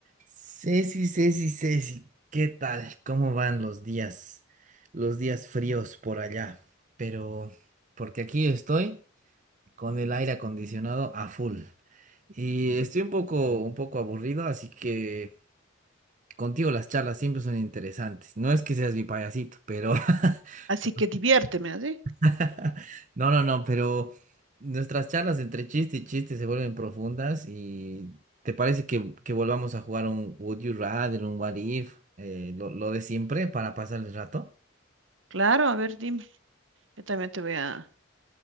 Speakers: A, on the right; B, on the right.
A: Ceci, Ceci, Ceci, ¿qué tal? ¿Cómo van los días, los días fríos por allá? Pero, porque aquí estoy con el aire acondicionado a full y estoy un poco, un poco aburrido, así que contigo las charlas siempre son interesantes. No es que seas mi payasito, pero, <laughs>
B: Así que diviérteme, ¿así?
A: <laughs> No, no, no, pero nuestras charlas entre chiste y chiste se vuelven profundas y ¿te parece que, que volvamos a jugar un Would You Rather, un What If, eh, lo, lo de siempre para pasar el rato?
B: Claro, a ver, dime. Yo también te voy a,